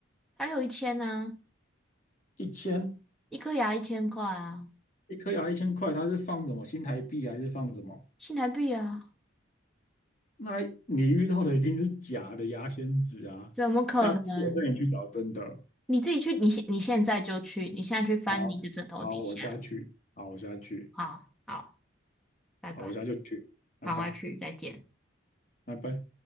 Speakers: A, in the centre; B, on the left (about 40°).
A: 还有一千呢、
B: 一千
A: 一颗牙一千块啊，
B: 一颗牙一千块，他是放什么新台币还是放什么？
A: 新台币啊，
B: 那你遇到的一定是假的牙仙子啊！
A: 怎么可能？
B: 下次我带你去找真的。
A: 你自己去，你现你现在就去，你现在去翻你的枕头底下。
B: 好，好，我下去，好，我下去，
A: 好好，拜拜。
B: 好，我下就去，拜拜，
A: 赶快去，再见。
B: 拜拜。